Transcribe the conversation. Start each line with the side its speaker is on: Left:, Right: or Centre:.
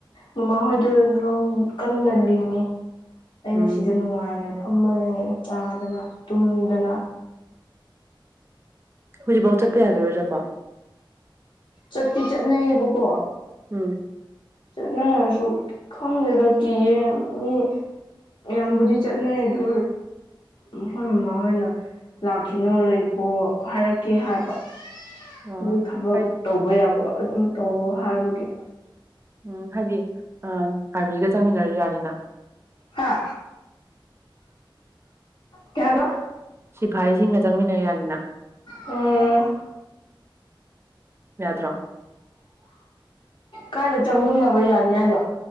Left: ꯃꯃꯥꯍꯣꯏꯗꯨ ꯀꯟꯅ ꯂꯤꯡꯉꯤ ꯑꯩꯅ
Right: ꯎꯝ
Left: ꯁꯤꯗ ꯅꯨꯡꯉꯥꯏꯔ ꯐꯝꯃ ꯂꯩꯦ ꯆꯥꯗꯅ ꯇꯨꯝꯗꯅ
Right: ꯍꯧꯖꯤꯛꯐꯥꯎ ꯆꯠꯄ ꯌꯥꯒꯔꯣꯏꯗ꯭ꯔꯥꯀꯣ
Left: ꯆꯠꯇꯤ ꯆꯠꯅꯩꯌꯦꯕꯀꯣ
Right: ꯎꯝ
Left: ꯅꯪꯅꯁꯨ ꯈꯪꯗꯦꯗ ꯀꯤꯌꯦ ꯃꯤ ꯑꯌꯥꯝꯕꯨꯗꯤ ꯆꯠꯅꯩ ꯑꯗꯨ ꯃꯈꯣꯏ ꯃꯃꯥꯍꯣꯏꯅ ꯂꯥꯛꯈꯤꯅꯨ ꯂꯩꯀꯣ ꯍꯥꯏꯔꯛꯀꯦ ꯍꯥꯏꯕ
Right: ꯑꯣ
Left: ꯑꯗꯨ ꯊꯕꯛ
Right: ꯍꯥꯏꯗꯤ
Left: ꯇꯧꯕ ꯌꯥꯕ ꯑꯗꯨꯝ ꯇꯧꯋꯣ ꯍꯥꯏꯕꯒꯤ
Right: ꯎꯝ ꯍꯥꯏꯗꯤ ꯑ ꯑꯥꯔꯃꯤꯒ ꯆꯪꯃꯤꯟꯅꯔꯨ ꯌꯥꯅꯤꯅ
Left: ꯍꯥ ꯀꯩ ꯍꯥꯏꯕ
Right: ꯁꯤ ꯐꯥꯥꯏꯁꯤꯡꯒ ꯆꯪꯃꯤꯟꯅ ꯌꯥꯅꯤ
Left: ꯎꯝ
Right: ꯌꯥꯗ꯭ꯔꯥ
Left: ꯀꯥꯏꯗ ꯆꯪꯃꯤꯟꯅꯕ ꯌꯥꯅꯤ ꯍꯥꯏꯅꯣ